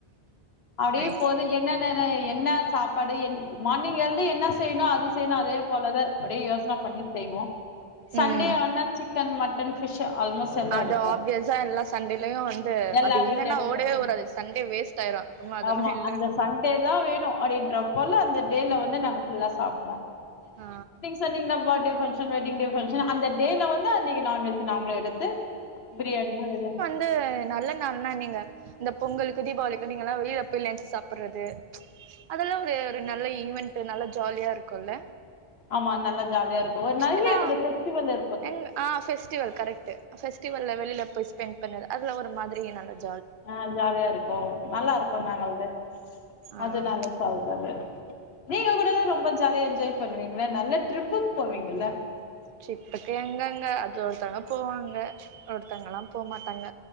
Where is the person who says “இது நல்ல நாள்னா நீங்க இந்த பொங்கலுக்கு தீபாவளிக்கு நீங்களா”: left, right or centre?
Right